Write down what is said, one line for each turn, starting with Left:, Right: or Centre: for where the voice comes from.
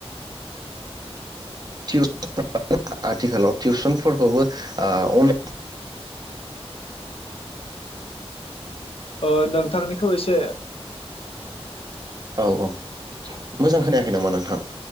Right: <inaudible> आथिखालाव टिउसनफोरखौबो ओ अन <inaudible>
Left: ओ नोंथांनिखौ एसे
Right: औ-औ मोजां खोनायाखै नामा नोंथां।